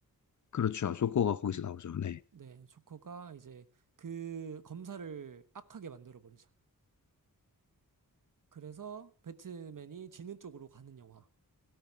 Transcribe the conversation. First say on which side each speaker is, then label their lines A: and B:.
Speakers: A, on the left; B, on the right.
A: 그렇죠. 조커가 거기서 나오죠. 네.
B: 네, 조커가 이제 그 검사를 악하게 만들어버리죠. 그래서 배트맨이 지는 쪽으로 가는 영화인